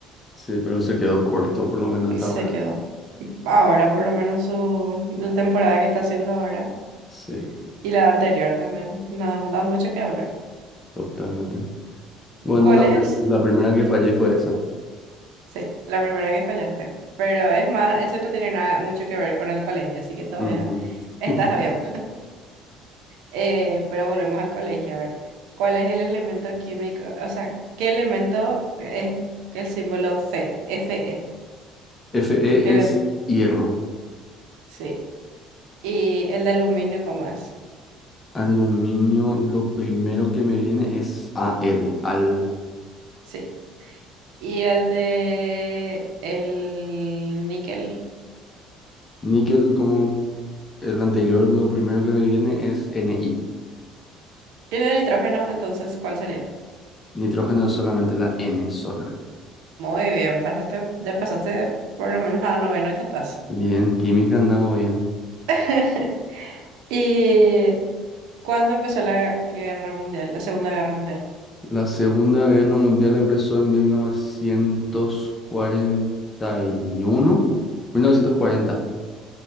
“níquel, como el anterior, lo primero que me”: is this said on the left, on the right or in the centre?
Left